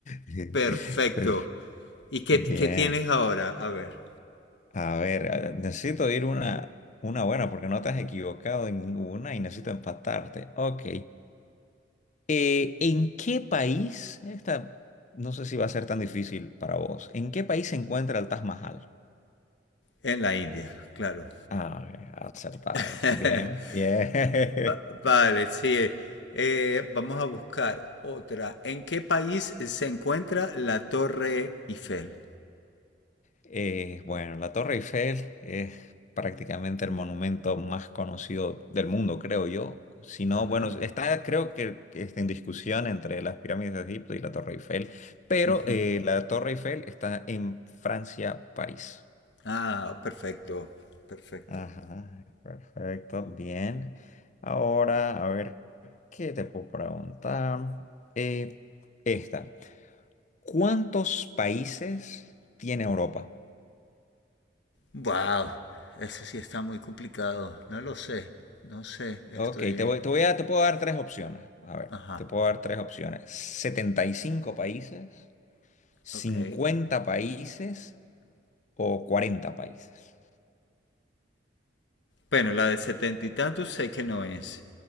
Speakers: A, on the left (about 45°); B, on the left (about 80°).
A: <laughs>
B: perfecto.
A: Per-
B: ¿Y qué,
A: Bien.
B: qué tienes ahora? A ver,
A: A ver, a- necesito ir una, una buena porque no te has equivocado en ninguna y necesito empatarte. Ok. Eh, ¿en qué país, esta no sé si va a ser tan difícil para vos, ¿en qué país se encuentra el Taj Mahal?
B: en la India, claro.
A: Ah, ok, acertado.
B: <laughs>
A: Bien, bien.
B: Va- vale,
A: <laughs>
B: sí. Eh, vamos a buscar otra. ¿En qué país se encuentra la Torre Eiffel?
A: Eh, bueno, la Torre Eiffel es prácticamente el monumento más conocido del mundo, creo yo. Si no,
B: Ajá.
A: bueno, está, creo que, que está en discusión entre las pirámides de Egipto y la Torre Eiffel, pero
B: ujú.
A: eh, la Torre Eiffel está en Francia, París.
B: Ah, perfecto, perfecto.
A: Ajá, perfecto, bien. Ahora, a ver, ¿qué te puedo preguntar? Eh, esta. ¿Cuántos países tiene Europa?
B: Wow, eso sí está muy complicado. No lo sé, no sé, estoy...
A: Ok, te voy, te voy a, te puedo dar tres opciones. A ver,
B: Ajá,
A: te puedo dar tres opciones. 75 países, cincuenta
B: ok.
A: países o 40 países.
B: Bueno, la de setenta y tantos sé que no es.